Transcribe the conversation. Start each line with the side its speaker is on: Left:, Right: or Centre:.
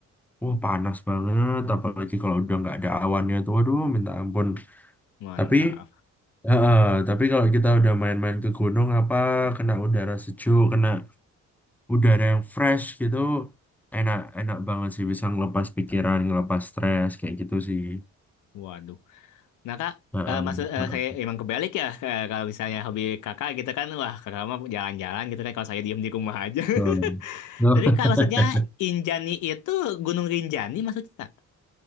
Centre: wah panas banget. Apalagi kalau udah nggak ada awannya tuh, aduh minta ampun.
Left: mantap.
Centre: Tapi heeh, tapi kalau kita udah main-main ke gunung apa, kena udara sejuk, kena udah ada yang fresh gitu enak enak banget sih bisa ngelepas pikiran ngelepas stres kayak gitu sih
Left: Waduh. Nah Kak,
Centre: Heeh,
Left: eh, maksud eh,
Centre: heeh,
Left: saya emang kebalik ya eh, kalau misalnya hobi Kakak gitu kan, wah Kakak mah jalan-jalan gitu kan kalau saya diem di rumah aja. <laughs>
Centre: betul. <laughs>
Left: Tapi Kak maksudnya Injani itu Gunung Rinjani maksudnya Kak?